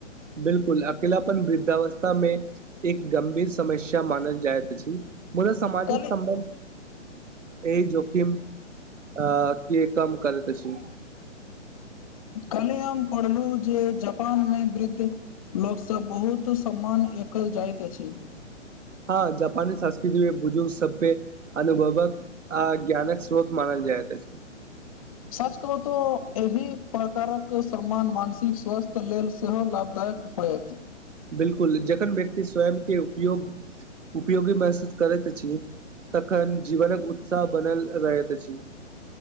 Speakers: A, on the right; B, on the left.
A: बिलकुल अकेलपन वृद्धावस्था में एक गंभीर समस्या मानल जाइत अछि मुद्दा सामाजिक
B: काल्हि
A: संबन्ध एहि जोखीम केँ कम करैत अछि
B: कल्हे हम पढ़लहु जे जापानमे वृद्ध लोक सब बहुत सम्मान एकल जाइत अछि
A: हँ जापानी संस्कृति मे बुजुर्ग सबपे अनुभवक आ ज्ञानक स्रोत मानल जायत अछि
B: सच कहु तऽ एहि प्रकारक सम्मान मानसिक स्वास्थ्य लेल सेहो लाभदायक होयत
A: बिलकुल जखन व्यक्ति स्वयं के उपयोग उपयोगी महसूस करैत अछि तखन जीवनक उत्साह बनल रहैत अछि